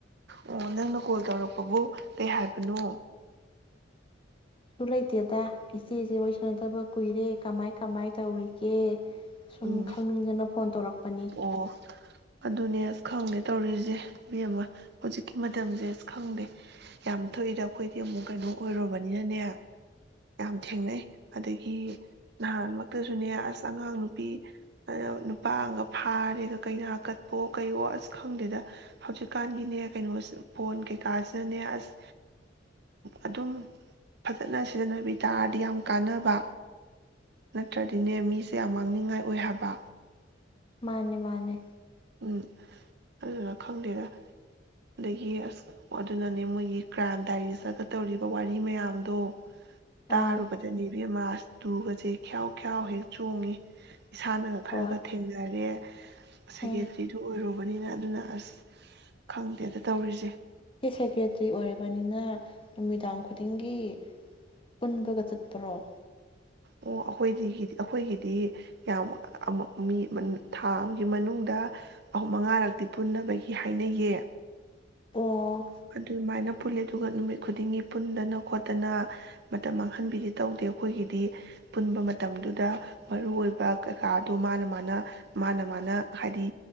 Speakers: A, on the right; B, on the left.
A: ꯑꯣ ꯅꯪꯅ ꯀꯣꯜ ꯇꯧꯔꯛꯄꯕꯨ ꯀꯩ ꯍꯥꯏꯕꯅꯣ꯫
B: ꯨ ꯂꯩꯇꯦꯗ ꯏꯆꯦꯁꯦ ꯋꯥꯔꯤꯁꯅꯗꯕ ꯀꯨꯏꯔꯦ ꯀꯃꯥꯏ ꯀꯃꯥꯏ ꯇꯧꯔꯤꯒꯦ ꯁꯨꯝ
A: ꯎꯝ
B: ꯈꯪꯅꯤꯡꯗꯅ ꯐꯣꯟ ꯇꯧꯔꯛꯄꯅꯤ꯫
A: ꯑꯣ ꯑꯗꯨꯅꯦ ꯑꯁ ꯈꯪꯗꯦ ꯇꯧꯔꯤꯁꯦ ꯃꯤ ꯑꯃ ꯍꯧꯖꯤꯛꯀꯤ ꯃꯇꯝꯁꯦ ꯑꯁ ꯈꯪꯗꯦ ꯌꯥꯝ ꯊꯣꯛꯏꯗ ꯑꯩꯈꯣꯏꯗꯤ ꯑꯃꯨꯛ ꯀꯩꯅꯣ ꯑꯣꯏꯔꯨꯔꯕꯅꯤꯅꯅꯦ ꯌꯥꯝ ꯊꯦꯡꯅꯩ ꯑꯗꯒꯤ ꯅꯍꯥꯟꯃꯛꯇꯁꯨꯅꯦ ꯑꯁ ꯑꯉꯥꯡ ꯅꯨ ꯅꯨꯄꯤ ꯅꯨꯄꯥꯒ ꯐꯥꯔꯦꯒ ꯀꯅꯥ ꯀꯠꯄꯣ ꯀꯩꯌꯣ ꯑꯁ ꯈꯪꯗꯦꯗ ꯍꯧꯖꯤꯛꯀꯥꯟꯒꯤꯅꯦ ꯀꯩꯅꯣ ꯐꯣꯟ ꯀꯩꯀꯥꯁꯤꯅꯅꯦ ꯑꯁ ꯑꯗꯨꯝ ꯐꯖꯅ ꯁꯤꯖꯤꯟꯅꯕꯤ ꯇꯥꯔꯗꯤ ꯌꯥꯝ ꯀꯥꯟꯅꯕ ꯅꯠꯇ꯭ꯔꯗꯤꯅꯦ ꯃꯤꯁꯦ ꯌꯥꯝ ꯃꯥꯡꯅꯤꯡꯕ ꯉꯥꯏ ꯑꯣꯏ ꯍꯥꯏꯕ
B: ꯃꯥꯅꯦ ꯃꯥꯅꯦ
A: ꯎꯝ ꯑꯗꯨꯗꯨꯅ ꯈꯪꯗꯦꯗ ꯑꯗꯒꯤ ꯑꯁ ꯑꯗꯨꯅꯅꯦ ꯃꯣꯏꯒꯤ ꯀ꯭ꯔꯥꯏꯝ ꯗꯥꯏꯔꯤꯒ ꯇꯧꯔꯤꯕ ꯋꯥꯔꯤ ꯃꯌꯥꯝꯗꯣ ꯇꯥꯔꯨꯕꯗꯅꯦ
B: ꯑꯥ
A: ꯏꯕꯦꯝꯃ ꯑꯁ ꯇꯨꯒꯁꯦ ꯈꯌꯥꯎ ꯈꯌꯥꯎ ꯍꯦꯛ ꯆꯣꯡꯉ ꯏꯁꯥꯅꯒ ꯈꯔꯒ
B: ꯍꯣꯏ
A: ꯊꯦꯡꯅꯔꯦ ꯁꯦꯀꯦꯗ꯭ꯔꯤꯗꯨ
B: ꯎꯝ
A: ꯑꯣꯏꯔꯨꯕꯅꯤꯅ ꯑꯗꯨꯅ ꯑꯁ ꯈꯪꯗꯦꯗ ꯇꯧꯔꯤꯁꯦ
B: ꯏꯁꯦꯞ ꯁꯦꯀ꯭ꯔꯦꯇ꯭ꯔꯤ ꯑꯣꯏꯔꯕꯅꯤꯅ ꯅꯨꯃꯤꯗꯥꯡ ꯈꯨꯗꯤꯡꯒꯤ ꯄꯨꯟꯕꯒ ꯆꯠꯄꯔꯣ
A: ꯑꯣ ꯑꯩꯈꯣꯏꯗꯤ ꯑꯩꯈꯣꯏꯒꯤꯗꯤ ꯌꯥꯝ ꯃꯤ ꯊꯥ ꯑꯃꯒꯤ ꯃꯅꯨꯡꯗ ꯑꯍꯨꯝ ꯃꯉꯥꯔꯛꯇꯤ ꯄꯨꯟꯅꯕꯒꯤ ꯍꯥꯏꯅꯩꯌꯦ
B: ꯑꯣ
A: ꯑꯗꯨꯃꯥꯏꯅ ꯄꯨꯂꯦ ꯑꯗꯨꯒ ꯅꯨꯃꯤꯠ ꯈꯨꯗꯤꯡꯒꯤ ꯄꯨꯟꯗꯅ ꯈꯣꯠꯇꯅ ꯃꯇꯝ ꯃꯥꯡꯍꯟꯕꯤꯗꯤ ꯇꯧꯗꯦ ꯑꯩꯈꯣꯏꯒꯤꯗꯤ ꯄꯨꯟꯕ ꯃꯇꯝꯗꯨꯗ ꯃꯔꯨ ꯑꯣꯏꯕ ꯀꯩꯀꯥꯗꯣ ꯃꯥꯅ ꯃꯥꯅ ꯃꯥꯅ ꯃꯥꯅ ꯍꯥꯏꯗꯤ